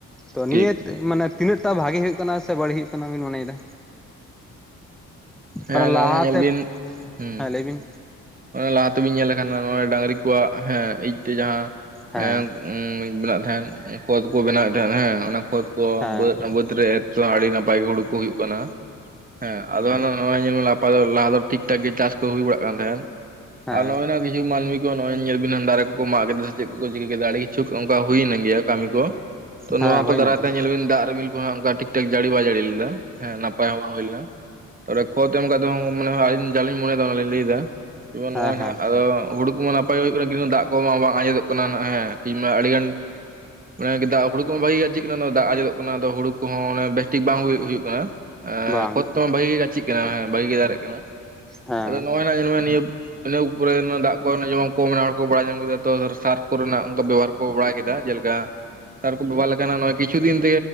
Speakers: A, in the centre; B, on the right (about 20°).
A: ᱛᱚ
B: ᱴᱷᱤᱠ
A: ᱱᱤᱭᱟᱹ ᱢᱟᱱᱮ ᱛᱤᱱᱟᱹᱜ ᱴᱟᱜ ᱵᱷᱟᱜᱮ ᱦᱩᱭᱩᱜ ᱠᱟᱱᱟ ᱥᱮ ᱵᱟᱹᱲᱤᱡ ᱦᱩᱭᱩᱜ ᱠᱟᱱᱟ ᱵᱤᱱ ᱢᱚᱱᱮᱭ ᱮᱫᱟ
B: ᱦᱮᱸ
A: ᱚᱱᱟ
B: ᱱᱚᱜᱼᱱᱟ
A: ᱞᱟᱦᱟᱛᱮ
B: ᱧᱮᱞ ᱵᱤᱱ ᱦᱩᱸ
A: ᱦᱮᱸ ᱞᱟᱹᱭ ᱵᱤᱱ
B: ᱞᱟᱦᱟ ᱛᱮᱵᱤᱱ ᱧᱮᱞ ᱞᱮᱱᱠᱷᱟᱱ ᱱᱚᱜᱚᱭ ᱰᱟᱺᱝᱨᱤ ᱠᱚᱣᱟᱜ ᱦᱮᱸ ᱤᱡ ᱛᱮ ᱡᱟᱦᱟᱸ
A: ᱦᱮᱸ
B: ᱮ ᱵᱮᱱᱟᱜ ᱛᱟᱦᱮᱸᱱ ᱠᱷᱚᱛ ᱠᱚ ᱵᱮᱱᱟᱣᱮᱫ ᱛᱟᱦᱮᱸᱫ ᱦᱮᱸ ᱚᱱᱟ ᱠᱷᱚᱛ ᱠᱚ
A: ᱦᱮᱸ
B: ᱵᱟᱹᱫᱽ ᱵᱟᱹᱫᱽ ᱨᱮ ᱮᱨ ᱛᱮ ᱟᱹᱰᱤ ᱱᱟᱯᱟᱭ ᱜᱮ ᱦᱩᱲᱩ ᱠᱚ ᱦᱩᱭᱩᱜ ᱠᱟᱱᱟ ᱦᱮᱸ ᱟᱫᱚ ᱦᱟᱜ ᱱᱚᱜᱚᱭ ᱧᱮᱞ ᱢᱮ ᱟᱯᱟᱛᱚᱛᱚ ᱞᱟᱦᱟ ᱫᱚ ᱴᱷᱤᱠ ᱴᱷᱟᱠ ᱜᱮ ᱪᱟᱥ ᱠᱚ ᱦᱩᱭ ᱵᱟᱲᱟᱜ ᱠᱟᱱ ᱛᱟᱦᱮᱸᱫ
A: ᱦᱮᱸ
B: ᱟᱨ ᱱᱚᱜᱚᱭ ᱱᱟᱜ ᱠᱤᱪᱷᱩ ᱢᱟᱹᱱᱢᱤ ᱠᱚ ᱱᱚᱜᱼᱚᱭ ᱧᱮᱞ ᱵᱤᱱ ᱫᱟᱨᱮ ᱠᱚᱠᱚ ᱢᱟᱜ ᱠᱮᱫᱟ ᱥᱮ ᱪᱮᱫ ᱠᱚ ᱪᱤᱠᱟᱹ ᱠᱮᱫᱟ ᱟᱹᱰᱤ ᱠᱤᱪᱷᱩ ᱚᱱᱠᱟ ᱦᱩᱭᱮᱱ ᱜᱮᱭᱟ ᱠᱟᱹᱢᱤ ᱠᱚ ᱛᱚ ᱱᱚᱣᱟ
A: ᱦᱮᱸ
B: ᱠᱚ
A: ᱦᱩᱭᱱᱟ
B: ᱫᱟᱨᱟᱭ
A: ᱛᱚ
B: ᱛᱮ ᱧᱮᱞ ᱵᱤᱱ ᱫᱟᱜ ᱨᱤᱢᱤᱞ ᱠᱚᱦᱚᱸ ᱚᱱᱠᱟ ᱴᱷᱤᱠ ᱴᱷᱟᱠ ᱡᱟᱹᱲᱤ ᱵᱟᱭ ᱡᱟᱹᱲᱤ ᱞᱮᱫᱟ ᱦᱮᱸ ᱱᱟᱯᱟᱭ ᱦᱚᱸ ᱵᱟᱝ ᱦᱩᱭ ᱞᱮᱱᱟ ᱛᱚᱯᱮ ᱠᱷᱚᱛ ᱮᱢ ᱠᱟᱛᱮ ᱦᱚᱸ ᱢᱟᱱᱮ ᱟᱹᱞᱤᱧ ᱡᱟ ᱞᱤᱧ ᱢᱚᱱᱮ ᱮᱫᱟ ᱚᱱᱟ ᱞᱤᱧ ᱞᱟᱹᱭ ᱮᱫᱟ ᱡᱮᱢᱚᱱ ᱱᱚᱜᱼᱚᱭ
A: ᱦᱮᱸ
B: ᱱᱟᱜ
A: ᱦᱮᱸ
B: ᱟᱫᱚ ᱦᱩᱲᱩ ᱠᱚᱢᱟ ᱱᱟᱯᱟᱭ ᱦᱩᱭᱩᱜ ᱠᱟᱱᱟ ᱠᱤᱱᱛᱩ ᱫᱟᱜ ᱠᱚᱢᱟ ᱢᱟ ᱵᱟᱝ ᱟᱸᱡᱮᱫᱚᱜ ᱠᱟᱱᱟ ᱦᱮᱸ ᱟᱞᱤᱧ ᱢᱟ ᱟᱹᱰᱤ ᱜᱟᱱ ᱢᱟᱱᱮ ᱫᱟᱜ ᱦᱩᱲᱩ ᱠᱚᱦᱚᱸ ᱵᱷᱟᱹᱜᱮ ᱜᱮ ᱜᱟᱪᱷᱤᱜ ᱠᱟᱱᱟ ᱫᱟᱜ ᱟᱸᱡᱮᱫᱚᱜ ᱠᱟᱱᱟ ᱟᱫᱚ ᱦᱩᱲᱩ ᱠᱚᱦᱚᱸ ᱵᱮᱥᱴᱷᱤᱠ ᱵᱟᱝ ᱦᱩᱭᱩᱜ ᱠᱟᱱᱟ
A: ᱵᱟᱝ
B: ᱠᱷᱚᱛ ᱛᱚᱢᱟ ᱵᱷᱟᱹᱜᱤ ᱜᱮ ᱜᱟᱪᱷᱤᱜ ᱠᱟᱱᱟ ᱦᱮ ᱵᱷᱟᱹᱜᱤ ᱜᱮ ᱫᱟᱨᱮᱜ ᱠᱟᱱᱟ
A: ᱦᱮᱸ
B: ᱟᱫᱚ ᱱᱚᱜᱼᱚᱭ ᱱᱟᱜ ᱧᱮᱞᱢᱮ ᱱᱤᱭᱟᱹ ᱤᱱᱟᱹ ᱯᱚᱨᱮ ᱫᱟᱜ ᱠᱚ ᱡᱮᱢᱚᱱ ᱠᱚᱢ ᱨᱮᱱᱟᱜ ᱦᱚᱲ ᱠᱚ ᱵᱟᱲᱟᱭ ᱧᱟᱢ ᱠᱮᱫᱟ ᱛᱚ ᱥᱟᱨ ᱠᱚᱨᱮ ᱚᱱᱠᱟ ᱵᱮᱵᱚᱦᱟᱨ ᱠᱚ ᱠᱚ ᱵᱟᱲᱟ ᱠᱮᱫᱟ ᱡᱮᱞᱮᱠᱟ ᱥᱟᱨ ᱠᱚ ᱵᱮᱵᱷᱟᱨ ᱞᱮᱠᱷᱟᱱ ᱱᱚᱜᱚᱭ ᱠᱤᱪᱷᱩ ᱫᱤᱱ ᱛᱮ